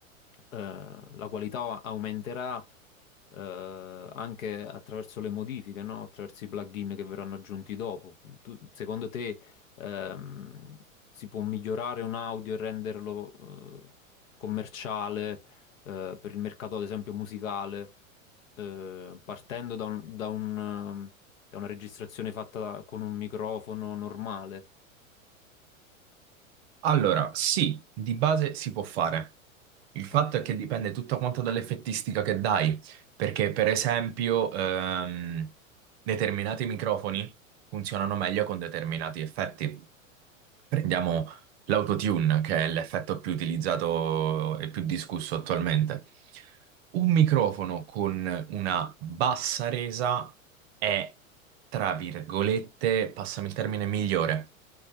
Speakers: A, on the left; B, on the right.
A: eh, la qualità aumenterà eh, anche attraverso le modifiche, no? Attraverso i plugin che verranno aggiunti dopo. Tu- secondo te ehm, si può migliorare un audio e renderlo eh, commerciale eh, per il mercato, ad esempio, musicale, eh, partendo da un- da un, ehm, da una registrazione fatta con un microfono normale?
B: Allora, sì, di base si può fare. Il fatto
A: Ok,
B: è che dipende tutto quanto dall'effettistica che dai, perché per esempio ehm, determinati microfoni funzionano meglio con determinati effetti. Prendiamo l'autotune, che è l'effetto più utilizzato e più discusso attualmente. Un microfono con una bassa resa è, tra virgolette, passami il termine, migliore